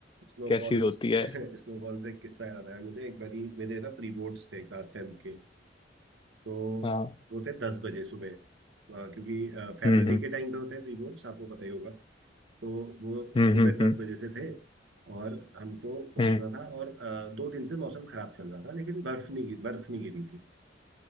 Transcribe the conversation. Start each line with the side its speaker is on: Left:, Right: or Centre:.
Right: स्नोफॉल
Left: कैसी होती है
Right: स्नोफॉल <laughs> से एक किस्सा याद आया मुझे एक बारी मेरे ना प्री बोर्ड्स थे क्लास टेंथ के तो
Left: हाँ
Right: वो थे दस बजे सुबह अ, क्योंकि फेब्रवरी
Left: हम्म हम्म
Right: के टाइम पे होते हैं प्री बोर्ड्स आपको पता ही होगा तो वो
Left: हम्म
Right: सुबह
Left: हम्म हम्म
Right: दस बजे से थे और हमको पहुंचना
Left: हम्म,
Right: था और अ, दो दिन से मौसम खराब चल रहा था लेकिन बर्फ नहीं गिर बर्फ नहीं गिरी थी